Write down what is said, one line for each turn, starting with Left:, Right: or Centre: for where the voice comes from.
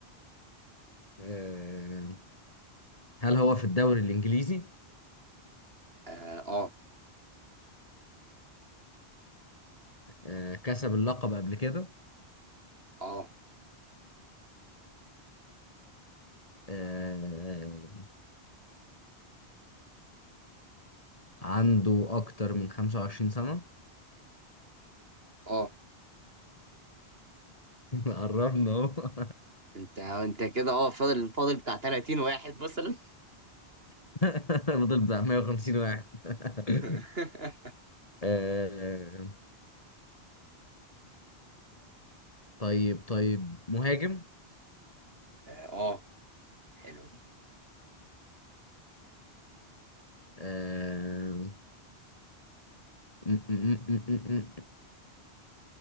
Left: آه هل هو في الدوري الإنجليزي
Right: اه اه
Left: آه، كسب اللقب قبل كده
Right: اه
Left: آه، عنده أكتر من 25 سنة
Right: اه
Left: <laughs> قربنا أهو
Right: انت انت كده اه فاضل فاضل بتاع 30 واحد مثلا
Left: <laughs> فضل بتاع 150 واحد <laughs>
Right: <laughs>
Left: آه، طيب طيب مهاجم
Right: اه آه، حلوة دي
Left: آه، م- م- م- م- م-